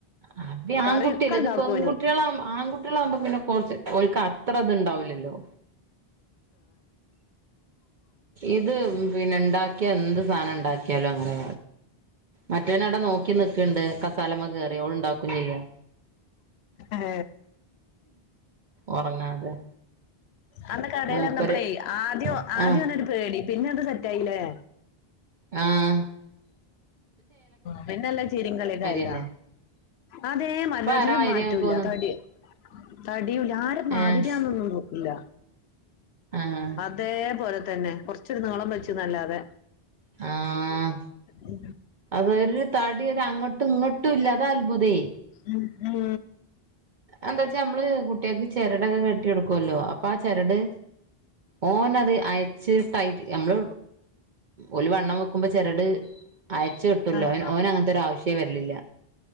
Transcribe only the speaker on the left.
കറിയൊക്കെ
ഇണ്ടാക്കോന്
ഹഹ
അന്റെ കടൽ
വന്നപ്പളേ ആദ്യം ആദ്യംന്ന
ഒരു പേടി പിന്നെ എത് സെറ്റ ആായില്ലേ
പിന്നല്ല ചിരികളടല്ല
അതെ മരരുും
മാറ്റൂല്ല
തടി തടിയൂല്ല ആരെ മാതിരിന്നൊന്നും
ഇല്ല
അതെ പോറ തന്നെ കൊറച്ചൊരു നീളം വെിച്ച നല്ലാതെ
ഉ
ഉം ഉം
ആ